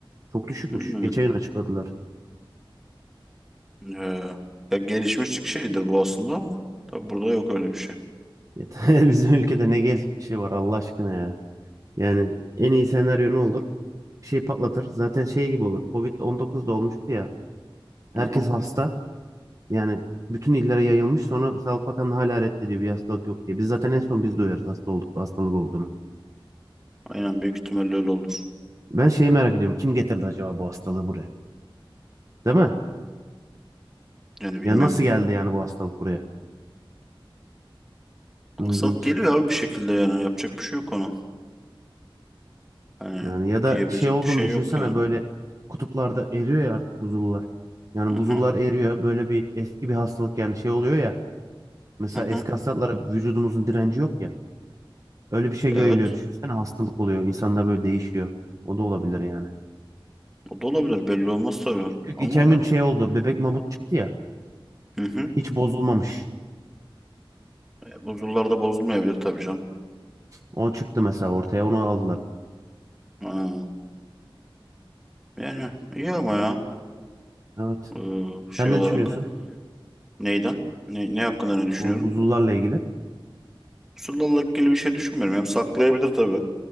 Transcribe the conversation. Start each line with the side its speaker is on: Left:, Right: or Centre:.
Right: Çok düşükmüş.
Centre: Hmm.
Right: Geçen gün açıkladılar.
Centre: Ee, ya gelişmişlik şeydir bu aslında ama tabii burada yok öyle bir şey.
Right: Yeter. <laughs> Bizim ülkede ne gelişi var Allah aşkına ya. Yani en iyi senaryo ne olur? Bir şey patlatır. Zaten şey gibi olur. covid on dokuz'da olmuştu ya. Herkes
Centre: Aha,
Right: hasta. Yani bütün illere yayılmış sonra Sağlık Bakanlığı hala reddediyor bir hastalık yok diye. Biz zaten en son biz duyarız hasta olduk, hastalık olduğunu.
Centre: aynen büyük ihtimalle öyle olur.
Right: Ben şeyi merak ediyorum. Kim getirdi acaba bu hastalığı buraya? Değil mi?
Centre: Yani bilmiyorum.
Right: Ya nasıl geldi yani bu hastalık buraya?
Centre: Aksat
Right: İlginç.
Centre: geliyor abi bir şekilde yani yapacak bir şey yok ona. Hani
Right: Yani ya da
Centre: diyebilecek
Right: şey olduğunu
Centre: bir şey
Right: düşünsene
Centre: yok yani.
Right: böyle kutuplarda eriyor ya artık buzullar. Yani
Centre: Hı
Right: buzullar
Centre: hı
Right: eriyor. Böyle bir eski bir hastalık yani şey oluyor ya. Mesela
Centre: hı. hı.
Right: eski hastalıklara vücudumuzun direnci yok ya. Öyle bir şey
Centre: Evet.
Right: yayılıyor. Düşünsene hastalık oluyor. İnsanlar böyle değişiyor. O da olabilir yani.
Centre: O da olabilir belli olmaz tabii.
Right: Çünkü
Centre: Ama
Right: geçen
Centre: ben
Right: gün şey oldu. Bebek mamut çıktı ya.
Centre: hı hı.
Right: Hiç bozulmamış.
Centre: E, bu yıllarda bozulmayabilir tabii canım.
Right: O çıktı mesela ortaya onu aldılar.
Centre: Ha, yani iyi ama ya.
Right: Evet.
Centre: Ee,
Right: Sen
Centre: şey
Right: ne
Centre: olarak
Right: düşünüyorsun?
Centre: neyden? Ne, ne hakkında ne düşünüyorum?
Right: O buzullarla ilgili.
Centre: Pusulla ilgili bir şey düşünmüyorum. Hem saklayabilir tabii.